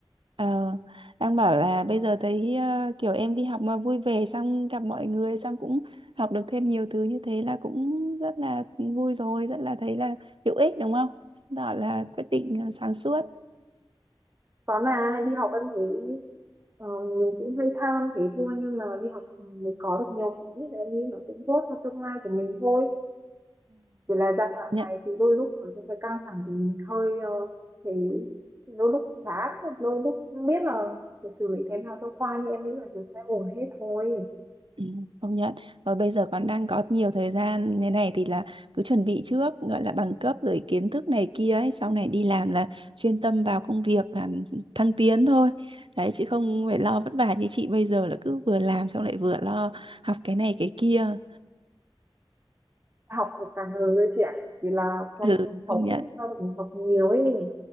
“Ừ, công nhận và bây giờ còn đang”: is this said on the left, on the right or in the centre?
Right